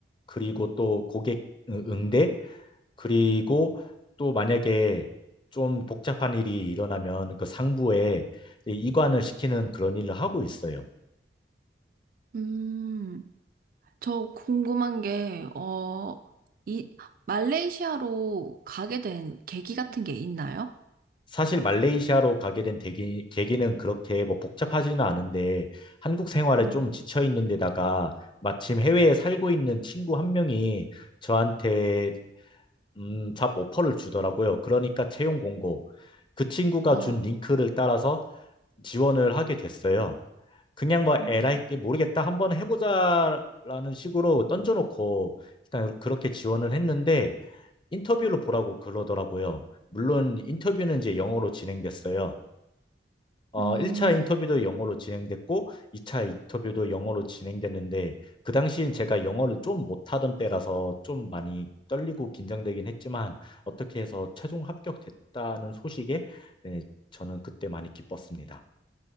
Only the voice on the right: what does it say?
음, 저 궁금한 게, 어, 이, 말레이시아로 가게 된 계기 같은 게 있나요?
음,
어,
음,
음,